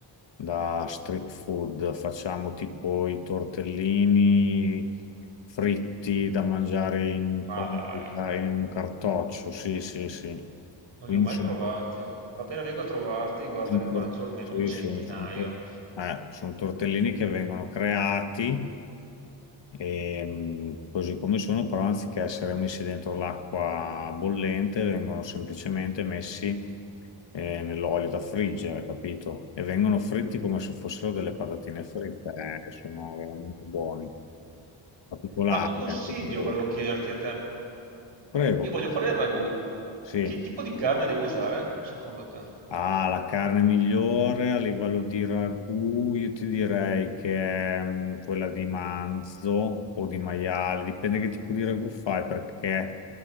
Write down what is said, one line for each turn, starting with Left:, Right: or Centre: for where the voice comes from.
Left: da street food, facciamo tipo i tortellini fritti da mangiare in un,
Right: Ma
Left: combi-
Right: dai,
Left: in un cartoccio. Sì, sì, sì.
Right: non
Left: Quindi
Right: li ho mai
Left: sono
Right: provati. Appena vengo a trovarti, guarda,
Left: sono
Right: ne mangio
Left: tor-
Right: almeno
Left: sì,
Right: un centinaio.
Left: sì, sono tor- eh, sono tortellini che vengono creati. Ehm, così come sono, però anziché essere messi dentro l'acqua bollente, vengono semplicemente messi eh, nell'olio da friggere, capito? E vengono fritti come se fossero delle patatine fritte, eh, Sono veramente buoni, particolari,
Right: Ma un consiglio
Left: ecco, ti direi.
Right: volevo chiederti a te.
Left: Prego,
Right: Io voglio fare il ragù.
Left: sì.
Right: Che tipo di carne devo usare, secondo te?
Left: Ah, la carne migliore a livello di ragù, io ti direi che è mm, quella di manzo o di maiale, dipende che tipo di ragù fai, perché